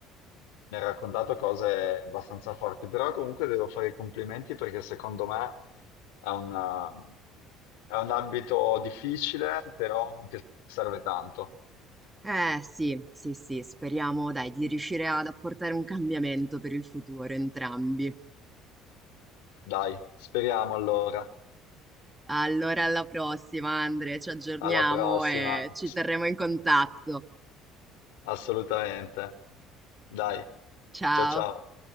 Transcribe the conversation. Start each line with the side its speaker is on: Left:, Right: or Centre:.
Left: Mi ha raccontato cose abbastanza forti, però comunque devo fare i complimenti perché secondo me è una- è un ambito difficile, però che serve tanto.
Right: eh, sì, sì, sì, speriamo, dai, di riuscire ad apportare un cambiamento per il futuro entrambi.
Left: Dai, speriamo allora.
Right: Allora, alla prossima, Andre, ci aggiorniamo
Left: Alla prossima.
Right: e ci terremo in contatto.
Left: Assolutamente. Dai,
Right: Ciao.
Left: ciao ciao.